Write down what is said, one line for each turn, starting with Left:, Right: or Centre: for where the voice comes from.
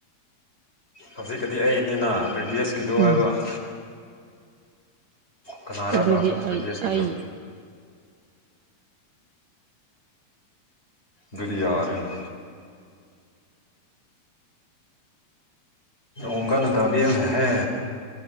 Left: ꯍꯧꯖꯤꯛꯀꯤꯗꯤ ꯑꯩꯅꯤꯅ ꯄ꯭ꯔꯤꯚꯤꯌꯁꯀꯤꯤꯗꯣ
Right: ꯎꯝ
Left: ꯍꯥꯏꯕ ꯀꯅꯥꯔꯕ
Right: ꯑꯗꯨꯗꯤ ꯑꯩ
Left: ꯄ꯭ꯔꯗꯦꯁꯀꯤꯗꯣ
Right: ꯑꯩ
Left: ꯔꯤꯌꯥꯔꯦꯅ ꯣꯡꯀꯅ ꯇꯥꯕꯤ ꯍꯧꯅꯍꯦ